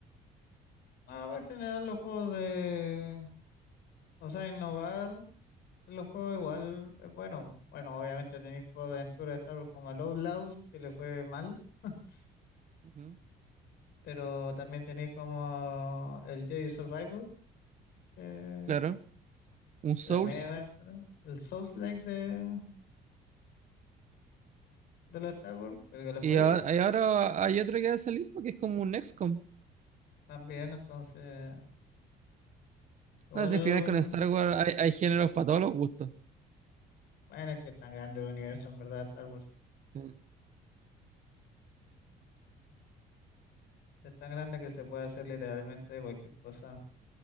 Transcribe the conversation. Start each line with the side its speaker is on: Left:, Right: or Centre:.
Left: No, pero en general los juegos de, o sea, innovar en los juegos igual es bueno. Bueno, obviamente tenéis juegos de aventura de Star Wars como el Outlaws, que le fue mal, <laughs>
Right: Ujú.
Left: pero también tenéis como el Jedi Survivor, que
Right: Claro, un Souls.
Left: que también era, ¿no? el Souls-like de, de los Star Wars, pero que le
Right: Y
Left: fue
Right: ahora,
Left: bien.
Right: y ahora hay otro que va a salir porque es como un XCOM.
Left: También, entonces, igual,
Right: No, si al final con Star Wars hay, hay géneros para todos los gustos.
Left: bueno, es que es tan grande el universo, en verdad, Star Wars.
Right: Sí,
Left: Es tan grande que se puede hacer literalmente cualquier cosa,